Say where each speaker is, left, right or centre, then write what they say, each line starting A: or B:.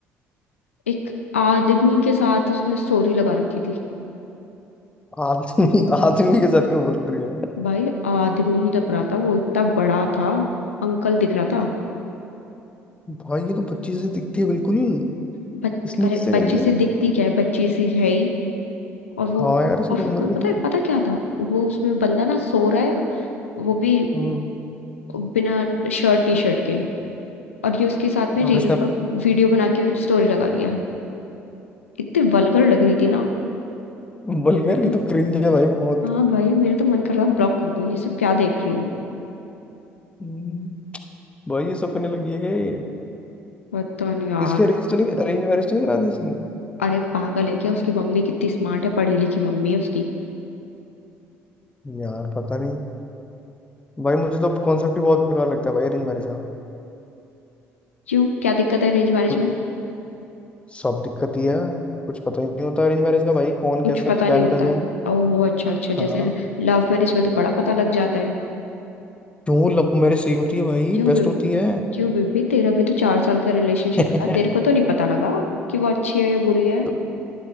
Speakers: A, on the left; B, on the left.
A: एक आदमी के साथ उसने स्टोरी लगा रखी थी
B: आदमी आदमी के साथ क्यों बोल रही है
A: भाई आदमी ही लग रहा था वो इतना बड़ा था अंकल दिख रहा था
B: भाई ये तो बच्ची से दिखती है बिल्कुल ही।
A: बच,
B: इसने
A: अरे
B: किससे कर
A: बच्ची
B: ली
A: से दिखती क्या है बच्ची सी है ही और वो
B: हाँ यार इसकी
A: और
B: तो
A: उसमें
B: उम्र भी
A: पता
B: नहीं
A: है
B: है।
A: पता क्या था वो उसमें बंदा ना सो रहा है वो भी
B: हम्म
A: बिना शर्ट टी शर्ट के और ये उसके साथ में
B: और
A: रील
B: इसने <laughs>
A: पर वीडियो बना के स्टोरी लगा रही है इतनी वल्गर लग रही थी ना
B: बल्कि
A: मेरे तो
B: ये तो क्रिंज है भाई बहुत
A: हाँ भाई मेरा तो मन कर रहा था ब्लॉक कर दूं ये सब क्या देख रही हूँ
B: हम्म, भाई ये सब करने लग गई है कि
A: पता नहीं यार
B: किसकी अरेंज तो नहीं अरेंज मैरिज तो नहीं करा दी इसकी
A: अरे पागल है क्या उसकी मम्मी कितनी स्मार्ट है पढ़ी लिखी मम्मी है उसकी
B: यार पता नहीं भाई मुझे तो कॉन्सेप्ट ही बहुत बेकार लगता है भाई अरेंज मैरिज का
A: क्यों क्या दिक्कत है अरेंज मैरिज
B: तो
A: में
B: सब दिक्कत ही है कुछ पता ही नहीं होता अरेंज मैरिज का भाई कौन
A: कुछ
B: कैसा
A: पता
B: क्या
A: नहीं होता
B: निकल जाए
A: ओहो अच्छा अच्छा
B: हाँ
A: जैसे लव मैरिज में तो बड़ा पता लग जाता है
B: क्यों लव मैरिज सही होती है भाई
A: क्यों
B: बेस्ट
A: बेबी
B: होती है
A: क्यों बेबी तेरा भी तो चार साल का रिलेशनशिप
B: <laughs>
A: था तेरे को तो नहीं पता लगा कि वो अच्छी है या बुरी है
B: तो